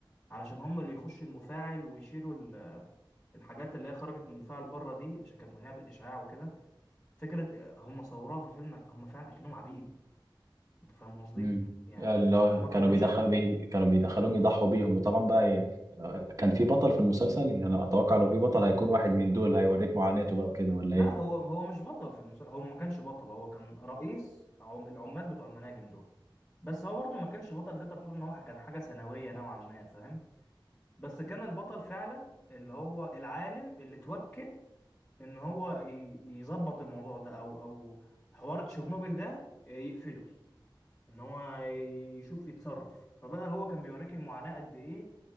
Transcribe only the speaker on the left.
علشان هم اللي يخشوا المفاعل ويشيلوا ال- الحاجات اللي هي خرجت من المفاعل بره دي عشان كانت مليانه بالاشعاع وكده فكره آه، هم صوروها في الفيلم هم فعلا اكنهم عبيد انت فاهم قصدي
يعني
هو كان
بشع
لا
هو هو مش بطل في المسلسل هو ما كانش بطل هو كان رئيس عم... العمال بتوع المناجم دول بس هو برضه ما كانش بطل تقدر تقول ان هو كان حاجه ثانويه نوعا ما فاهم بس كان البطل فعلا اللي هو العالم اللي توكل ان هو ي- يظبط الموضوع ده او او حوار تشيرنوبل ده يقفله ان هو يشوف يتصرف فبقى هو كان بيوريك المعاناة قد ايه